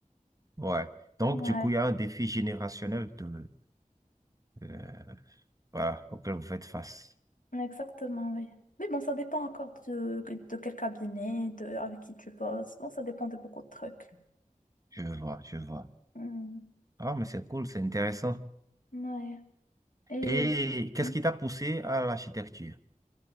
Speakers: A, on the right; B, on the left.
A: Ouais. Donc,
B: Ouais,
A: du coup, il y a un défi générationnel de, euh, voilà, auquel vous faites face.
B: exactement, oui. Mais bon, ça dépend encore de, de quel cabinet, de, avec qui tu bosses. Bon, ça dépend de beaucoup de trucs.
A: Je vois, je vois.
B: Hmm,
A: Ah, mais c'est cool, c'est intéressant.
B: ouais. Et
A: Et qu'est-ce
B: hmm,
A: qui t'a poussé à l'architecture?